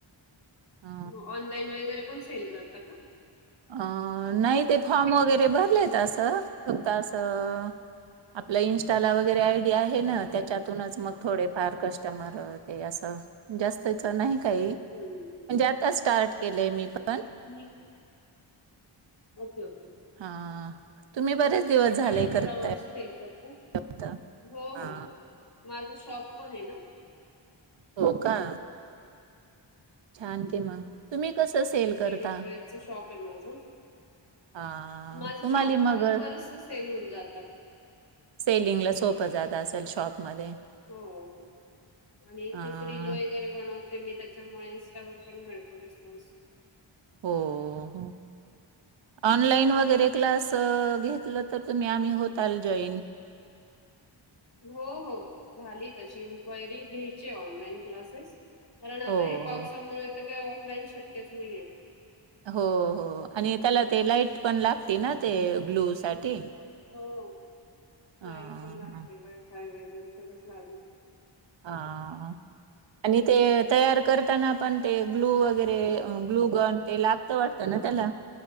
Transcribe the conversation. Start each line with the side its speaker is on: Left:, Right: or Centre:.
Right: अ
Left: मग ऑनलाईन वगैरे पण सेल करता का?
Right: अ नाही ते फॉर्म वगैरे भरलेत असं, फक्त असं आपल्या इन्स्टाला
Left: हम्म.
Right: वगैरे आय् ते आहे ना, त्याच्यातूनच मग थोडे फार कस्टमर ते असं जास्तच नाही काही, म्हणजे
Left: हम्म.
Right: आताच स्टार्ट केलंय मी पण.
Left: मी ओके ओके
Right: हा, तुम्ही बरेच दिवस
Left: मी पण
Right: झाले
Left: इन्स्टावर
Right: करताय
Left: <unintelligible> करता,
Right: आता
Left: हो
Right: हा
Left: हो, माझं शॉप पण आहे ना.
Right: हो का? छान की मग, तुम्ही कसं सेल करता?
Left: लेडीज वेअरच शॉप आहे माझं.
Right: हा,
Left: माझं
Right: तुम्हाली
Left: शॉपमध्येच
Right: मग
Left: बरेचसे सेल होऊन जातात.
Right: सेलिंगला सोपं जात असेल शॉपमध्ये?
Left: हो हो, आणि इथेच
Right: अ
Left: रील वगैरे बनत ते मी त्याच्यामुळे, इन्स्टावर पण मिळतो रिस्पॉन्स.
Right: हो हो. ऑनलाईन वगैरे क्लास अ घेतलं तर तुम्ही, आम्ही होताल जॉईन.
Left: हो हो झाली तशी इन्क्वायरी घ्यायची ऑनलाईन क्लासेस कारण आता
Right: हो,
Left: हे पावसामुळे
Right: हो.
Left: तर काही ऑफलाईन शक्यच नाहीये.
Right: हो हो आणि त्याला ते लाईट पण लागते ना ते ग्लू साठी
Left: हो लाईट
Right: हं,
Left: पण लागते वायफाय वगैरे सगळच लागेल.
Right: हा आणि ते तयार करताना पण ते ग्लू वगैरे ग्लू गन ते लागत वाटतं ना त्याला